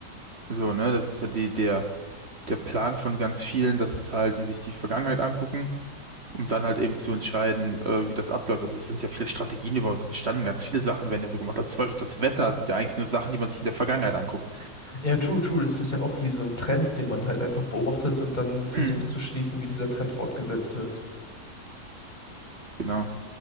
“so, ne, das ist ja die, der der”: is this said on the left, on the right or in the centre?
Right